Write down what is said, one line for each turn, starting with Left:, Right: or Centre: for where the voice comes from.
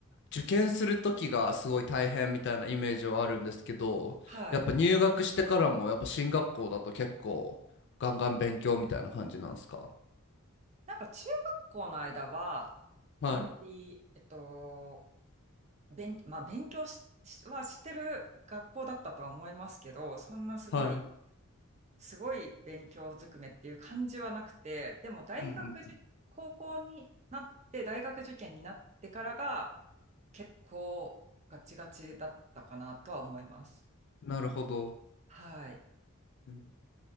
Left: 受験する時がすごい大変みたいなイメージはあるんですけど、
Right: はい。
Left: やっぱ入学してからもやっぱ進学校だと結構ガンガン勉強みたいな感じなんですか
Right: なんか中学校の間は、
Left: はい、
Right: あんまり、えっと、勉、まあ勉強し、しはしてる学校だったとは思いますけど、そんなすごい
Left: はい。
Right: すごい勉強ずくめっていう感じはなくて、でも大学受、
Left: うんうん。
Right: 高校になって、大学受験になってからが結構ガチガチだったかなとは思います。
Left: なるほど。
Right: はい。
Left: うん